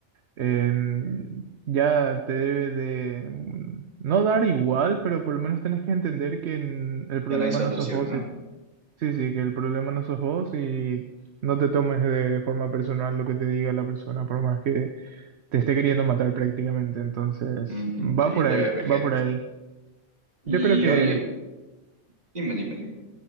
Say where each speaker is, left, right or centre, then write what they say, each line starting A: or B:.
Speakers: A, on the right; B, on the right.
A: em, ya te debe de... mm, No dar igual, pero por lo menos tenés que entender que mm, el problema
B: Ya no hay solución,
A: no sos vos.
B: ¿no?
A: y- sí, sí, que el problema no sos vos y no te tomes de de forma personal lo que te diga la persona, por más que te esté queriendo matar prácticamente. Entonces,
B: Mm,
A: va
B: sí,
A: por
B: debe
A: ahí,
B: haber gente
A: va por
B: así.
A: ahí.
B: Y
A: Yo creo que,
B: oye, dime, dime, dime.